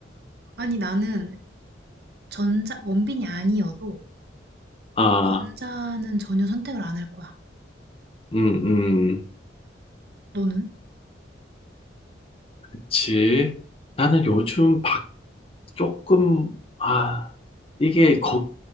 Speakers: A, on the right; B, on the left.
A: 아니, 나는 전자, 원빈이 아니어도
B: 아,
A: 전자는 전혀 선택을 안 할 거야.
B: 음, 음,
A: 너는?
B: 그치. 나는 요즘 박 조금, 아, 이게 거,